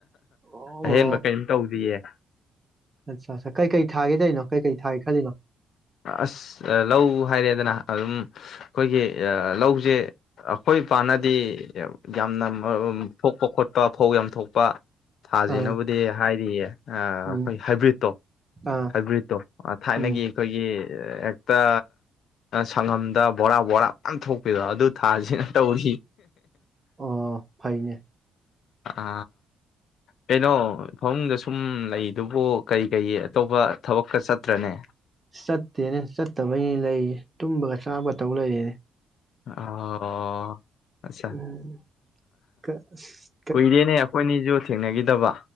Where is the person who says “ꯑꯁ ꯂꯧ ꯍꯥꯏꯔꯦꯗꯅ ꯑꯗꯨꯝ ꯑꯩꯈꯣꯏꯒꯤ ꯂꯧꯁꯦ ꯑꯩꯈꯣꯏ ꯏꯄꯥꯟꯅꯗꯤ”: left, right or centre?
Left